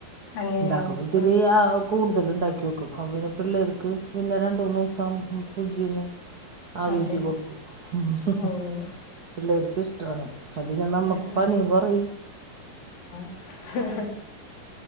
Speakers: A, on the left (about 60°); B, on the right (about 40°).
A: അങ്ങനെയാണോ
B: ഇണ്ടാക്കുബത്തിരി
A: ഉം
B: ആവും കൂടുതൽ ഉണ്ടാക്കി വെക്കും അപ്പോ പിന്നെ പിള്ളേർക്ക് പിന്നെ രണ്ട് മൂന്ന് ദിവസം ഫ്രിഡ്ജീന്ന് ആവേറ്റി
A: അതെ
B: കൊടുക്കും ഉം
A: ഓഹ്
B: പിള്ളേർക്ക് ഇഷ്ടാണേ അ പിന്നെ നമ്മക്ക്
A: ആഹ്
B: പണിയും കൊറയും
A: ഹ